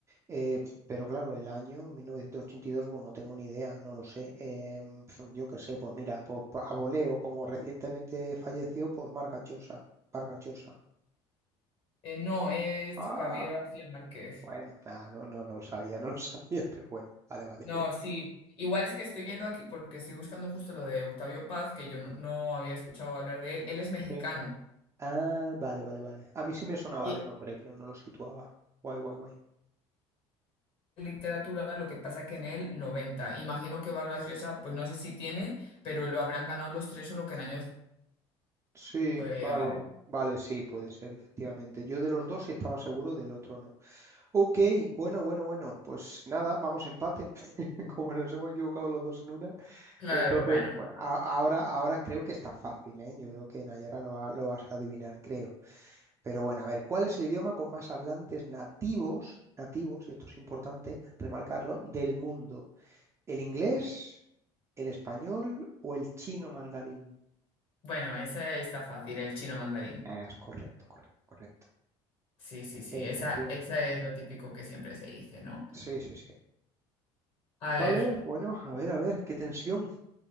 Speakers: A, on the right; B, on the left.
A: Eh, pero claro, el año 1982, pues no tengo ni idea, no lo sé. Eh, pf, yo qué sé, pues mira, pues pa- a voleo, como recientemente falleció, pues Vargas Llosa, Vargas Llosa.
B: Eh, no, es
A: Ah,
B: Gabriel García Márquez.
A: bueno, nada, no, no, no lo sabía, no lo <laughs> sabía, pero bueno, vale, vale.
B: No, sí. Igual es que estoy viendo aquí, porque estoy buscando justo lo de Octavio Paz, que yo no, no había escuchado hablar de él. Él es mexicano.
A: <laughs> Ah, vale, vale, vale. A mí sí me sonaba
B: Y
A: de nombre, pero no lo situaba. Guay, guay, guay.
B: literatura, lo que pasa que en él 90 Imagino que Vargas Llosa, pues no sé si tiene, pero lo habrán ganado los tres o lo que en años
A: Sí,
B: fue
A: vale.
B: Gabo.
A: Vale, sí, puede ser, efectivamente. Yo de los dos sí estaba seguro, del otro no. Ok, bueno, bueno, bueno. Pues nada, vamos empate. <laughs> Como nos hemos equivocado los dos en una.
B: Claro,
A: Entonces,
B: bueno.
A: bueno, a- ahora, ahora creo que está fácil, ¿eh? Yo creo que Nayara lo va- lo vas a adivinar, creo. Pero bueno, a ver, ¿cuál es el idioma con más hablantes nativos, nativos, y esto es importante remarcarlo, del mundo? ¿El inglés, el español o el chino mandarín?
B: Bueno, esa está fácil, el chino mandarín.
A: Es correcto, correcto, correcto.
B: Sí, sí, sí.
A: Efectivamente.
B: Esa, esa es lo típico que siempre se dice, ¿no?
A: Sí, sí, sí.
B: A ver.
A: Vale, Bueno, a ver, a ver, qué tensión.